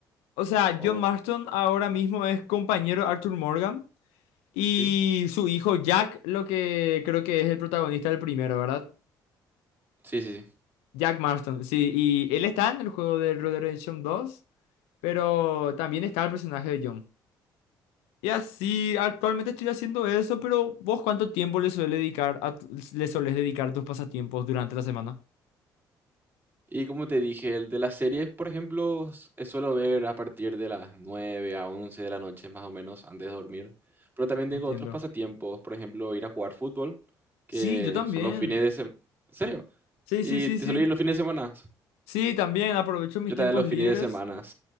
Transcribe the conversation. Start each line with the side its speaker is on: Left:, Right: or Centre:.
Left: O sea,
Right: O-
Left: John Marston ahora mismo es compañero de Arthur Morgan. Y
Right: ok.
Left: su hijo Jack, lo que creo que es el protagonista del primero, ¿verdad?
Right: Sí, sí, sí.
Left: Jack Marston, sí. Y él está en el juego de Red Dead Redemption 2, pero también está el personaje de John. Y así, actualmente estoy haciendo eso, pero ¿vos cuánto tiempo le suele dedicar a tu- le solés dedicar a tus pasatiempos durante la semana?
Right: Y como te dije, el de las series, por ejemplo, s- eh, suelo ver a partir de las 9 a 11 de la noche, más o menos, antes de dormir. Pero también tengo
Left: Entiendo.
Right: otros pasatiempos, por ejemplo, ir a jugar fútbol, que
Left: Sí, yo también.
Right: son los fines de semana. ¿En serio?
Left: Sí,
Right: Y
Left: sí, sí,
Right: te
Left: sí.
Right: suelo ir los fines de semana.
Left: Sí, también aprovecho mis
Right: Yo
Left: tiempos
Right: también los
Left: libres.
Right: fines de semana.